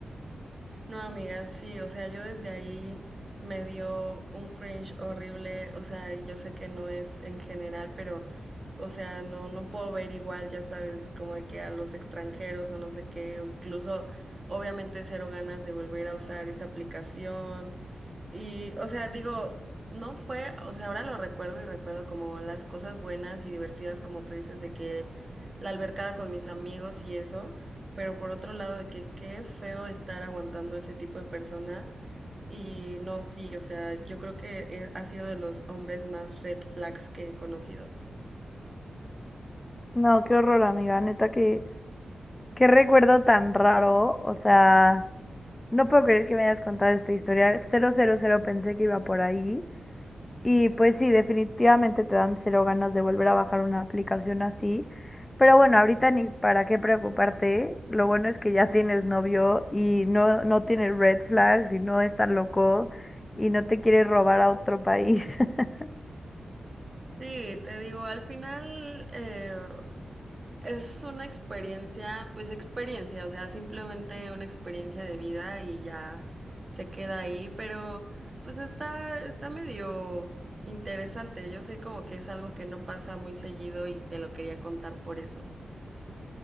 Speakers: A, on the right; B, on the left.
A: No, amiga, sí, o sea, yo desde ahí me dio un cringe horrible, o sea, yo sé que no es en general, pero, o sea, no, no puedo ver igual, ya sabes, como de que a los extranjeros o no sé qué, o incluso, obviamente, cero ganas de volver a usar esa aplicación, y, o sea, digo, no fue, o sea, ahora lo recuerdo y recuerdo como las cosas buenas y divertidas, como tú dices, de que la albercada con mis amigos y eso, pero por otro lado, de que qué feo estar aguantando a ese tipo de persona. Y no, sí, o sea, yo creo que eh, ha sido de los hombres más red flags que he conocido.
B: No, qué horror, amiga, neta, que qué recuerdo tan raro. O sea, no puedo creer que me hayas contado esta historia. Cero, cero, cero pensé que iba por ahí. Y pues sí, definitivamente te dan cero ganas de volver a bajar una aplicación así. Pero bueno, ahorita ni para qué preocuparte. Lo bueno es que ya tienes novio y no, no tiene red flags y no es tan loco y no te quiere robar a otro país. <laughs>
A: Sí, te digo, al final, eh, Es una experiencia, pues experiencia, o sea, simplemente una experiencia de vida y ya se queda ahí, pero pues está, está medio interesante. Yo sé como que es algo que no pasa muy seguido y te lo quería contar por eso.